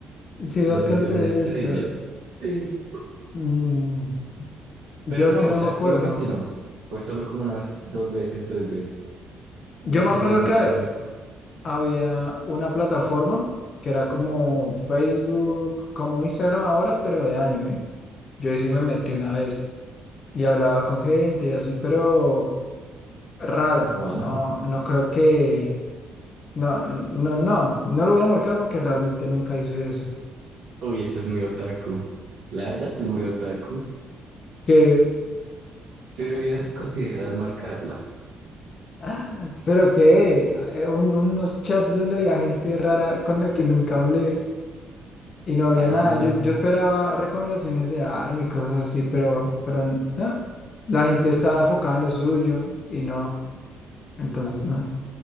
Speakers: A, on the left; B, on the right.
A: Sí, me
B: Me
A: acuerdo
B: sentía una
A: de
B: estrella.
A: esto.
B: <laughs>
A: Mm.
B: Pero
A: Yo
B: no,
A: es que
B: o
A: no
B: sea,
A: me acuerdo.
B: activamente no. Fue solo como unas dos veces, tres veces.
A: Yo
B: Entonces,
A: me acuerdo
B: no,
A: que
B: solo.
A: había una plataforma que era como Facebook, como Instagram ahora, pero de anime. Yo ahí sí me metí una vez y hablaba con gente y así, pero raro.
B: Wow.
A: No, no creo que. No, no, no, no lo voy a marcar porque realmente nunca hice eso.
B: Uy, eso es muy otaku. La verdad, eso es muy otaku.
A: Que,
B: Sí deberías considerar marcarla.
A: <laughs> pero que eh, un- unos chats donde había gente rara con la que nunca hablé. Y no había
B: Ah,
A: nada. Yo, yo esperaba recomendaciones de anime y cosas así, pero, pero no. La gente estaba enfocada en lo suyo y no. Entonces no.